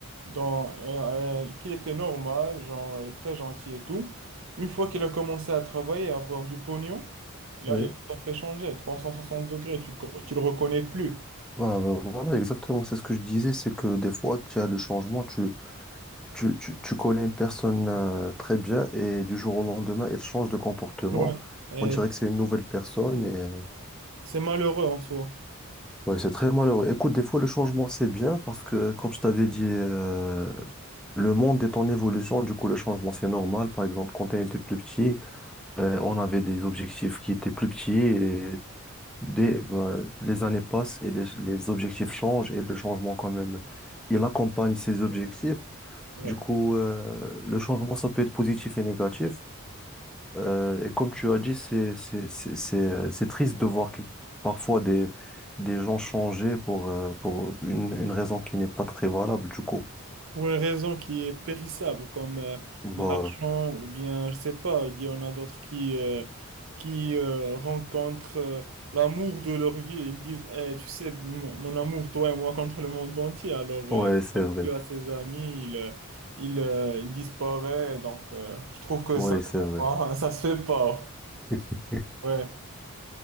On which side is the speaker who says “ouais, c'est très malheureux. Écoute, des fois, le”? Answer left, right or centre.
Centre